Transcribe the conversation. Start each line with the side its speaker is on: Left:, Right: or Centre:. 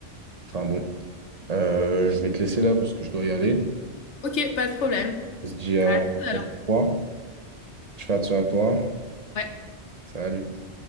Right: Enfin bon, Euh, je vais te laisser là parce que je dois y aller.
Left: Ok, pas de problème.
Right: On se dit euh,
Left: Bah, à
Right: à
Left: tout à
Right: la
Left: l'heure.
Right: prochaine fois. Je fais attention à toi.
Left: Ouais.
Right: Salut.